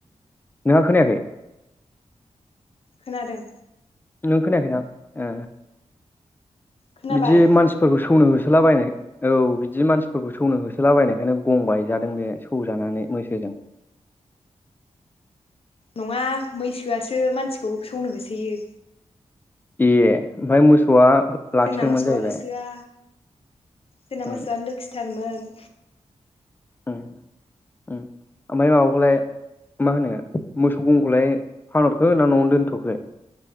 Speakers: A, on the left; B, on the left.
A: नोंहा खोनायाखै।
B: खोनादों।
A: नों खोनायाखैना ए
B: खोनाबाय
A: बिदि मानसिफोरखौ सौनो हो सोलाबायनाय औ बिदि मानसिफोरखौ सौनो होसोलाबायनायखायनो गं बायजादों बे सौजानानै मैसोजों। <inaudible>
B: नङा मैसोआसो मानसिखौ सौनो होसोयो।
A: ए ओमफ्राय मोसौआ लाखिदोंमोन
B: जोंना मोसौआ
A: जाहैबाय
B: होसोआ। जोंना
A: उम
B: मोसौआ लोखिथारमोन।
A: उम-उम ओमफ्राय माबाखौलाय मा होनो मोसौ गंखौलाय फानहरखो ना न'आवनो दोनथ'खो?